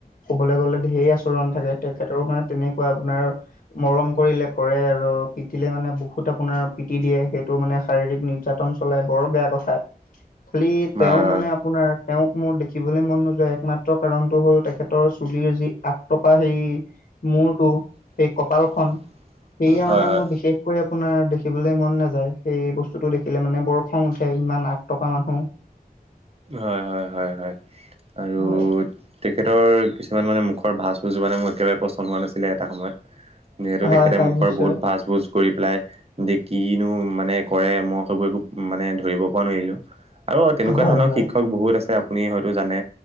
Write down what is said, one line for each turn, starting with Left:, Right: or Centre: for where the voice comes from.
Left: ক'বলৈ গ'লে ঢেৰ আচৰণ থাকে, তেখেতৰো মানে তেনেকুৱা আপোনাৰ মৰম কৰিলে কৰে আৰু পিটিলে মানে বহুত আপোনাৰ পিটি দিয়ে, সেইটো মানে শাৰীৰিক নিৰ্যা তন চলাই বৰ বেয়া কথা, খালি
Right: হয়
Left: তেওঁ মানে আপোনাৰ তেওঁক মোৰ দেখি দেখিবলৈ মন নোযোৱা একমাত্ৰ কাৰণটো হ'ল তেখেতৰ চুলিৰ যি আগ তপা সেই মূৰটো, সেই কপালখন সেইয়া
Right: হয়
Left: মানে মোৰ বিশেষ কৈ আপোনাৰ দেখিবলৈ মন নাযায়, সেই বস্তুটো দেখিলে মানে বৰ খং উঠে ইমান আগ তপা মানুহ
Right: হয়, হয়, হয়, হয় আৰু
Left: হয়
Right: তেখেতৰ কিছুমান মানে মুখৰ ভাজ ভুজোৰ মানে মোৰ একেবাৰে পছন্দ হোৱা নাছিলে এটা সময়ত যিহেতু
Left: হয়
Right: তেখেতৰ
Left: হয়
Right: মুখৰ
Left: নিশ্চয়
Right: বহুত ভাজ ভুজ কৰি পেলাই যে কিনো মানে কৰে মই সেইবোৰ একো মানে ধৰিব পৰা নোৱাৰিলোঁ। আৰু অ' তেনেকুৱা
Left: হয়
Right: ধৰণৰ
Left: হয়
Right: শিক্ষক বহুত আছে আপুনি হয়তো জানে,